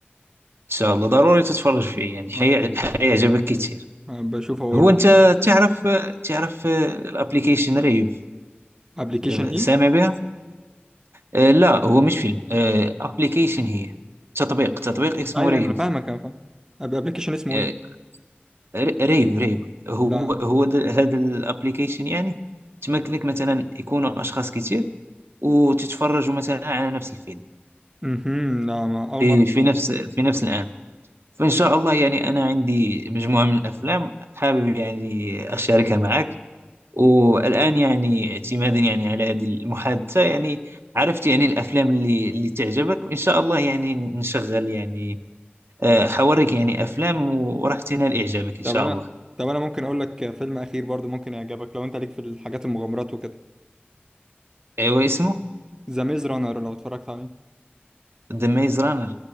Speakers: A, on the right; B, on the right.
A: شاء الله ضروري تتفرج فيه يعني حي-
B: أنا-
A: حيعجبك كتير
B: أنا بشوف هو
A: هو أنت تعرف تعرف الابليكيشن ريف
B: ابلكيشن
A: آه،
B: ايه
A: سامع بها؟ آه، لا هو مش فيلم آه، ابليكيشن هي تطبيق تطبيق اسمه
B: ايوه
A: ريف
B: ايوه انا فاهمك انا فاهم ابلكيشن اسمه
A: آه،
B: ايه
A: ر- ريب ريب هو
B: لا
A: هو د- هذا الابليكيشن يعني تمكنك مثلا يكونوا اشخاص كتير وتتفرجوا مثلا على نفس الفيلم
B: امم لا ما اول
A: في
B: مرة أسمع
A: في
B: عنه.
A: نفس في نفس الان فان شاء الله يعني انا عندي مجموعه من الافلام حابب يعني اشاركها معك والان يعني اعتمادا يعني على هذه المحادثه يعني عرفت يعني الافلام اللي اللي تعجبك وان شاء الله يعني نشغل يعني آه، حوريك يعني افلام وراح تنال اعجابك ان
B: طب
A: شاء
B: انا
A: الله
B: طب انا ممكن اقول لك فيلم اخير برضو ممكن يعجبك لو انت ليك في الحاجات المغامرات وكده
A: ايوا اسمه
B: ذا ميز رانر لو اتفرجت عليه
A: ذا ميز رانر